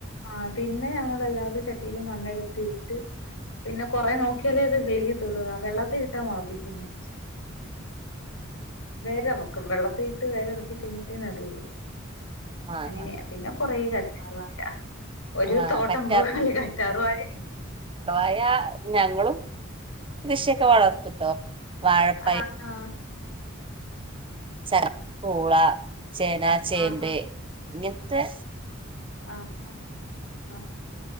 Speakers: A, on the left (about 75°); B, on the right (about 25°).
A: ആഹ് പിന്നെ ഞങ്ങള് അല്ലാതെ ചട്ടില് മണ്ണെട്ത്തിട്ട് പിന്നെ കൊറേ നോക്കിയാലേ അത് കിളിക്കത്തൊള്ളു ആഹ് വെള്ളത്തിയിട്ടാ മൊളപ്പിക്ക്‌ന്നേ വേരെറക്കും വെള്ളത്തി ഇട്ട് വേര് ഇറക്കി കഴിഞ്ഞിട്ടേ നടുവൊള്ളൂ.
B: ആഹ്
A: അങ്ങനെയാ പിന്നെ കൊറേ കറ്റാർ വാഴ ഒര്
B: ആഹ്
A: തോട്ടം
B: കറ്റാർ
A: പോലെ കറ്റാർ വഴയൊണ്ട്.
B: അയാ ഞങ്ങളും കൃഷിയൊക്കെ വളർത്തുട്ടോ. വാഴപ്പഴം,
A: ആന്നോ
B: ച പൂള ചേനാ ചേമ്പേ
A: ആഹാ.
B: ഇങ്ങൻത്തെ
A: ആഹ് ആഹ് ആഹ്